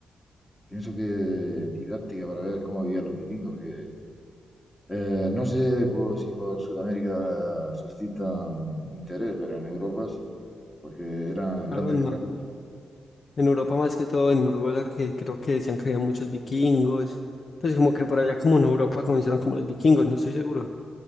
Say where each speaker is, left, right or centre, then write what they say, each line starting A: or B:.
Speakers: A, on the left (about 15°); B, on the left (about 45°).
A: pienso que didáctica para ver cómo vivían los vikingos, que eh, no sé pues, si por Sudamérica suscitan interés, pero en Europa sí, porque eran
B: Claro,
A: grandes
B: no-
A: guerreros.
B: en Europa más que todo, en Noruega, que creo que decían que había muchos vikingos. Pues como que por allá como en Europa comenzaron como los vikingos, no estoy seguro.